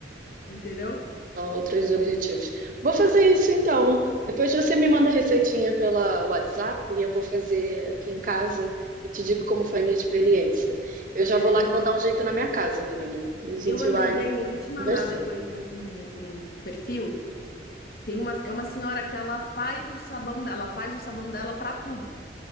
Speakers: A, on the left (about 55°); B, on the right (about 50°).
A: entendeu?
B: São outros objetivos. Vou fazer isso então. Depois você me manda a receitinha pela WhatsApp e eu vou fazer aqui em casa e te digo como foi a minha experiência. Eu já
A: É,
B: vou lá
A: eu,
B: que vou dar um jeito na minha casa, menina. E a gente
A: eu andei
B: vai
A: vendo, eu vou te
B: conversando.
A: mandar depois um, um, um perfil. Tem uma, é uma senhora que ela faz o sabão dela, ela faz o sabão dela para tudo.